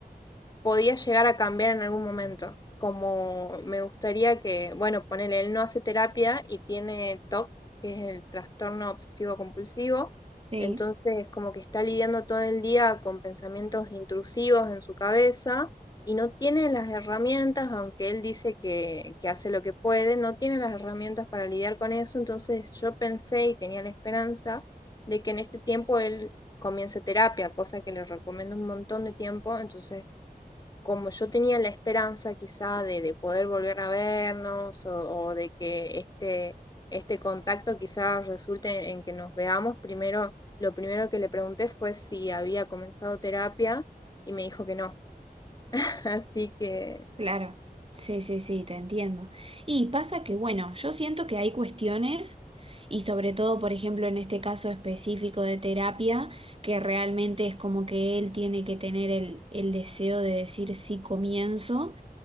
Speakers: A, on the left; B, on the right.
A: podía llegar a cambiar en algún momento. Como me gustaría que, bueno, ponele, él no hace terapia y tiene TOC, que es el trastorno obsesivo compulsivo,
B: sí,
A: entonces como que está lidiando todo el día con pensamientos intrusivos en su cabeza y no tiene las herramientas, aunque él dice que, que hace lo que puede, no tiene las herramientas para lidiar con eso, entonces yo pensé y tenía la esperanza de que en este tiempo él comience terapia, cosa que le recomiendo un montón de tiempo, entonces como yo tenía la esperanza quizá de, de poder volver a vernos o, o de que este, este contacto quizás resulte en que nos veamos, primero, lo primero que le pregunté fue si había comenzado terapia y me dijo que no. <laughs> Así que
B: claro, sí, sí, sí, te entiendo. Y pasa que, bueno, yo siento que hay cuestiones, y sobre todo, por ejemplo, en este caso específico de terapia, que realmente es como que él tiene que tener el, el deseo de decir sí comienzo.